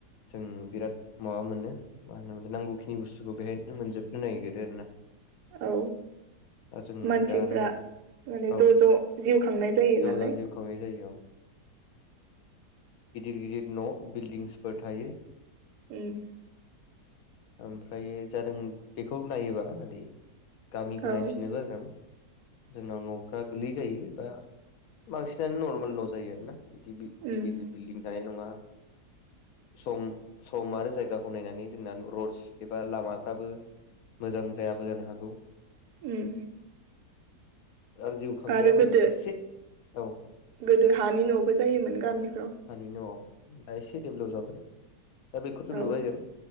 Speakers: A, on the left; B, on the right.
A: जों बिराद माबा मोनो मा होनो नांगौखिनि बुस्थुखौ बेहायनो मोनजोब नागिरो आरोना।
B: औ
A: दा जों
B: मानसिफ्रा
A: दा नों
B: माने
A: औ
B: ज ज जिउ खांनाय जायो
A: ज'
B: नालाय।
A: ज' जिउ खांनाय जायो औ गिदिर गिदिर न' बिल्डिंसफोर थायो।
B: उम।
A: ओमफ्राय जादों बेखौ नायोबा आदै गामिखौ
B: औ
A: नायफिनोबा जों जोंनाव नफ्रा गोलै जायो बा बांसिनानो नरमेल न' जायो आरोना। बिदि दिर
B: उम
A: गिदिर बिल्डिं थानाय नङा। सम सम आरो जायगाखौ नायनानै जोंना रडस एबा लामाफ्राबो मोजां जायाबो जानो हागौ।
B: उम।
A: आरो जिउ खांनायाबो
B: आरो गोदो
A: एसे औ।
B: गोदो हानि नबो जायोमोन गामिफ्राव।
A: हानि न'आव दा इसे डेबलाब जाबाय। दा बेखौथ
B: औ
A: नुबाय जों उन